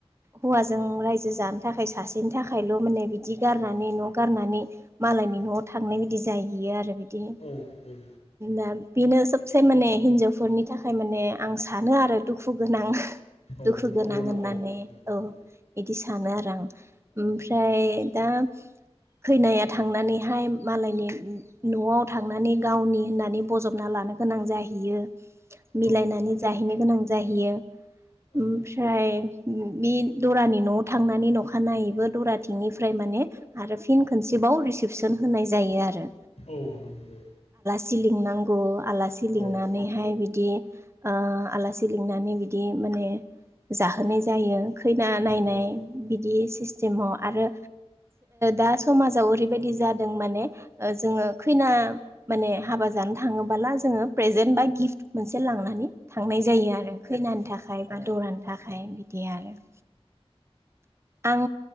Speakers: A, on the right; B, on the left.
A: हौवाजों रायजो जानो थाखाय सासेनि थाखायल' माने बिदि गारनानै
B: औ
A: न' गारनानै मालायनि न'आव थांनाय बादि जाहैयो आरो बिदि
B: औ नंगौ
A: दा बेनो सब साय माने हिनजावफोरनि थाखाय माने आं सानो आरो दुखु गोनां
B: औ
A: दुखु गोनां होननानै
B: औ नंगौ
A: औ बिदि सानो आरो आं
B: औ
A: ओमफ्राय
B: नंगौ
A: दा खैनाया थांनानैहाय मालायनि न'आव थांनानै गावनि होननानै बजबना लानो गोनां जाहैयो मिलायनानै
B: औ
A: जाहैनो गोनां जाहैयो
B: औ
A: ओमफ्राय बे दरानि न'आव थांनानै अखानायैबो दराथिंनिफ्राय माने आरो फिन खनसेबाव रिसिपसन होनाय जायो आरो
B: औ नंगौ
A: सिलिं नांगौ आलासि आसि लिंनानैहाय
B: औ नंगौ नंगौ
A: बिदि आलासि लिंनानै बिदि माने जाहोनाय जायो खैना नायनाय
B: औ
A: बिदि सिस्टेमाव आरो दा समाजाव ओरैबायदि जादों माने जोङो खैना माने हाबा जानो थाङोबोला जोङो प्रेजेन्ट बा गिफ्ट मोनसे लांनानै थांनाय जायो आरो खैनाानि थाखाय बा दरानि थाखाय बिदि आरो <inaudible> आं